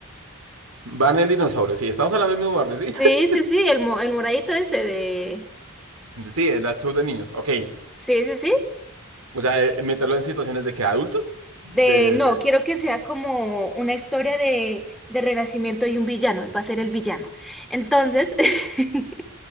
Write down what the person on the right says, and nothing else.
Barney el dinosaurio, sí, estamos hablando del mismo Barney,
sí. <laughs>
Sí, el show de niños, ok.
O sea, eh, meterlo en situaciones de que adultos, de,
de,